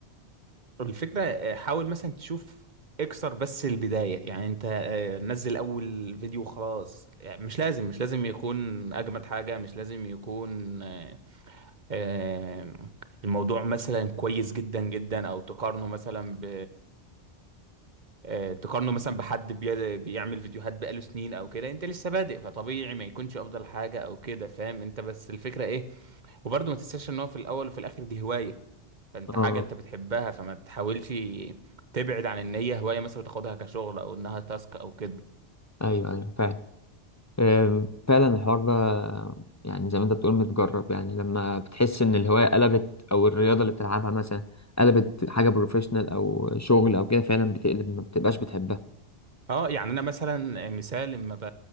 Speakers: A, on the right (about 45°); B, on the left (about 25°).
A: الفكرة حاول مثلا تشوف اكسر بس البداية يعني انت آه، نزل اول فيديو خلاص يعني مش لازم مش لازم يكون اجمد حاجة مش لازم يكون آه، آه، الموضوع مثلا كويس جدا جدا او تقارنه مثلا ب آه، تقارنه مثلا بحد بي- بيعمل فيديوهات بقاله سنين او كده انت لسه بادئ فطبيعي ما يكونش افضل حاجه او كده فاهم انت بس الفكره ايه وبرضه ما تنساش ان هو في الاول وفي الاخر دي هوايه فانت
B: اه
A: حاجه انت بتحبها فما تحاولش تبعد عن ان هي هوايه مثلا وتاخدها كشغل او انها تاسك او كده
B: ايوه ايوه فعلا إيه فعلا الحوار ده يعني زي ما انت بتقول متجرب يعني لما بتحس ان الهوايه قلبت او الرياضه اللي بتلعبها مثلا قلبت حاجه بروفيشنال او شغل او كده فعلا بتقلب ما بتبقاش بتحبها
A: اه يعني انا مثلا مثال لما ب...